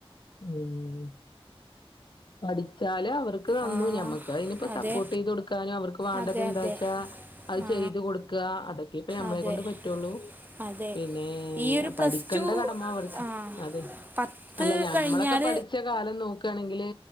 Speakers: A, on the left; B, on the right.
A: ഉം പഠിച്ചാല് അവർക് തന്നു
B: ആ,
A: ഞമ്മക്ക് അതിനിപ്പ
B: അതെ
A: സപ്പോർട്ട് ചെയ്ത് കൊടുക്കാനും അവർക്ക് വാണ്ടത്
B: അതെ
A: എന്താച്ചാ
B: അതെ
A: അത്
B: ആ,
A: ചെയ്ത് കൊടുക്ക. അതൊക്കെ ഇപ്പ ഞമ്മളെ
B: അതെ
A: കൊണ്ട് പറ്റൊള്ളു.
B: അതെ
A: പിന്നേ
B: ഈ ഒരു പ്ലസ്
A: പഠിക്കണ്ട
B: ടു
A: കടമ അവർക്ക്
B: ആ
A: അതെ
B: പത്ത്
A: അല്ല ഞമ്മളൊക്കെ
B: കഴിഞ്ഞാൽ
A: പഠിച്ച കാലം നോക്കാണെങ്കില്